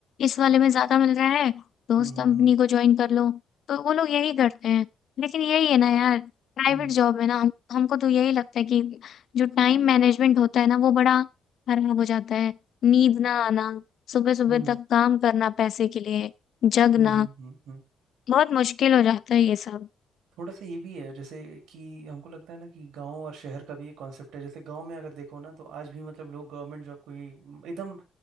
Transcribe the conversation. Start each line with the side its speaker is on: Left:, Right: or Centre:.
Left: इस वाले में ज्यादा मिल रहा है तो
Right: हम्म
Left: उस
Right: हम्म
Left: कंपनी को ज्वाइन कर लो तो वो लोग यही करते हैं लेकिन यही है ना यार प्राइवेट
Right: हम्म
Left: जॉब है ना हम हमको तो यही लगता है कि जो टाइम मैनेजमेंट होता है ना वो बड़ा खराब हो जाता है नींद ना आना सुबह सुबह
Right: हम्म हम्म
Left: तक काम करना पैसे के लिए जगना
Right: हम्म हम्म हम्म, हम्म,
Left: बहुत मुश्किल हो जाता है ये सब
Right: थोड़ा सा ये भी है जैसे कि हमको लगता है ना कि गांव और शहर का भी एक कॉन्सेप्ट है जैसे गांव में अगर देखो ना तो आज भी मतलब लोग गवर्नमेंट जॉब को ही एकदम